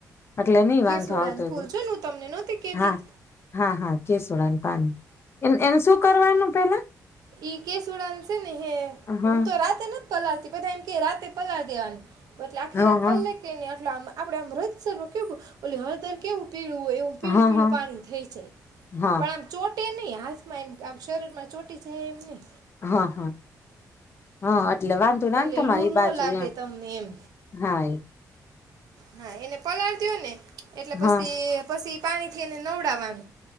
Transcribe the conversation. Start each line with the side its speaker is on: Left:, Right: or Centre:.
Left: એટલે નહી
Right: કેસુડાન
Left: વાંધો આવતો
Right: ફૂલ
Left: હોય.
Right: જોયું ને હું તમને નહોતી કેતી
Left: હા, હા, હા, કેસ ડાન પાન. એન-એન શું કરવાનું પહેલા?
Right: એ કેસુડાનશે ને હે,
Left: હા
Right: હું તો રાતેનો પલાતી બધા એમ કે રાતે પલાર દેવાના પર આખી,
Left: હા
Right: રાત
Left: હા
Right: પલ્લે તે નિયોત પેલો આમ આપડે આમ હદસર નું કેવુંલે હળદર કેવું પીળું હોય એવું પીળું
Left: હા
Right: પીળું
Left: હા
Right: પાણી થઈ જાય
Left: હા
Right: પણ આમ ચોટ ટેની હાથમાં આમ શરીર માં ચોટી છે એમ ની.
Left: હા હા હા એટલે વાંધો ના
Right: એટલે
Left: તમારી
Right: લૂ ન
Left: બાજુ
Right: લાગે
Left: એમ
Right: તમને એમ
Left: હા એ.
Right: હા એને પલાળ દેયો ને એટલે પસી
Left: હા
Right: પસી પાણી થી એને નવડાવવાનું.